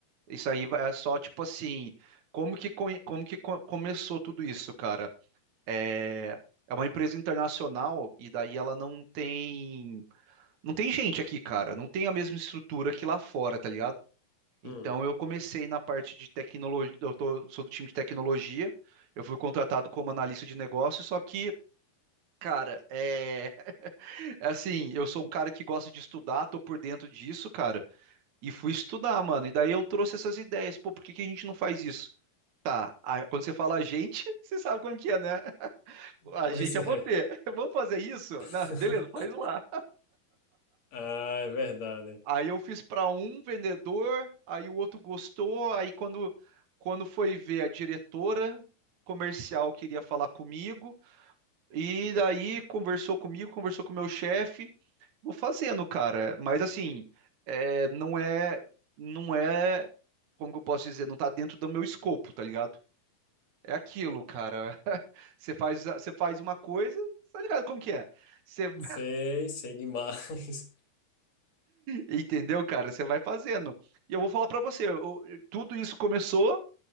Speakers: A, on the right; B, on the left.
A: Isso aí é só tipo assim, como que, co- como que co- começou tudo isso, cara? É, é uma empresa internacional e daí ela não tem, não tem gente aqui, cara, não tem a mesma estrutura que lá fora, tá ligado? Então
B: Hum,
A: eu comecei na parte de tecnologia, eu tô- sou do time de tecnologia, eu fui contratado como analista de negócio, só que, cara, é, <laughs> é assim, eu sou um cara que gosta de estudar, tô por dentro disso, cara, e fui estudar, mano, e daí eu trouxe essas ideias, pô, por que que a gente não faz isso? Tá, a- quando você fala a gente, <laughs> você sabe como que é, né? A
B: pois
A: gente
B: é.
A: é você. <laughs> Vamos fazer isso?
B: <laughs>
A: Não, beleza, faz lá.
B: Ah, é verdade.
A: Aí eu fiz para um vendedor, aí o outro gostou, aí quando quando foi ver a diretora comercial queria falar comigo e daí conversou comigo, conversou com o meu chefe, vou fazendo, cara. Mas assim, é, não é não é como que eu posso dizer, não tá dentro do meu escopo, tá ligado? É aquilo, cara. <laughs> Você faz a- você faz uma coisa, tá ligado como que é? Você <laughs>
B: Sei, sei demais. <laughs>
A: entendeu, cara? Você vai fazendo. E eu vou falar para você, eu- eu- tudo isso começou